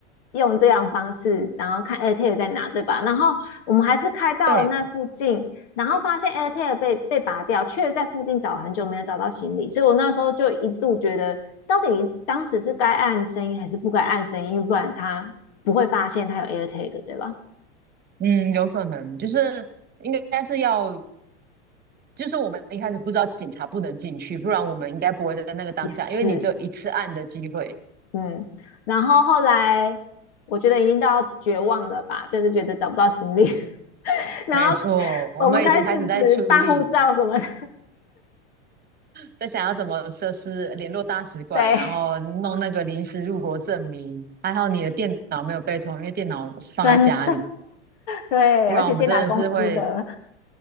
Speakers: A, on the left; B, on the right.
A: 用这样的方式，然后看 AirTag 在哪，对吧？然后我们还是开到了那附近，
B: 对，
A: 然后发现 AirTag 被被拔掉，却在附近找很久没有找到行李，所以我那时候就一度觉得，到底当时是该按声音还是不该按声音，因为不然他不会发现他有 AirTag，对吧？
B: 嗯，有可能就是应该是要，就是我们一开始不知道警察不能进去，不然我们应该不会在那个当下，
A: 也是，
B: 因为你只有一次按的机会。
A: 嗯，然后后来我觉得已经到绝望了吧，就是觉得找不到行李，<laughs> 然后
B: 没错，我们已经开始在处理
A: 我们开始办护照什么的，
B: 在想要怎么设施联络大使馆，
A: <laughs> 对，
B: 然后弄那个临时入国证明。还好你的电脑没有被偷，因为电脑是放在家里，
A: 真对，
B: 不然我们真的是会
A: 而且电脑公司的，